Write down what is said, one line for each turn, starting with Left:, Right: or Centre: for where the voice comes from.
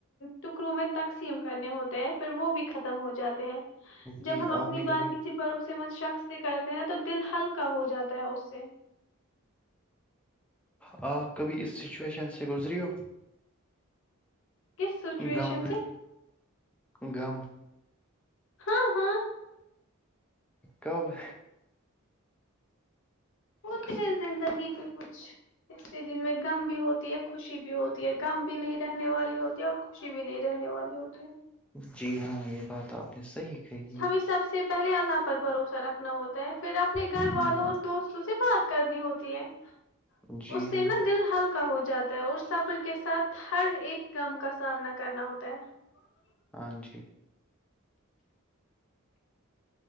Left: ٹکڑوں میں تقسیم کرنے ہوتے ہیں پھر وہ بھی خت ہوائے جاتے ہیں جب
Centre: جی
Left: ہم اپنی
Centre: آپ نے کبھی
Left: بات کسی بھروس مت شخص سے کرتے ہیںا تو دل ہلکا ہو جاتا ہے اس سے
Centre: آپ کبھی اس سچویشن سے گزری ہو
Left: کس سچویشن
Centre: غم میں
Left: سے
Centre: غم
Left: ہاں ہاں
Centre: کب
Left: ہوتے ہیں زندگی کے کچھ ایے جن میں م بھی ہوتی ہے خوشی بھی ہوتی م بھی نہیں رہنے والی ہوتی اور خوشی بھی نہیں رہنے والی ہوتی ہے
Centre: جی ہاں یہ بات آپ نے صحیح کہی
Left: ہمیں سب سے پہلے اللہ پر بھروسہ رکھنا ہوتا ہے پھر اپنے گھر
Centre: ہے
Left: والوں اور دوست سے بات کرنی ہوتی ہے <inaudible>
Centre: جی
Left: اس سے
Centre: ہاں
Left: نا دل ہلکا ہو جائے جاتا ہے اور سبر کے ساتھ ہر ایک کم کا سامنا کرنا ہوتا ہے <inaudible>
Centre: ہاں جی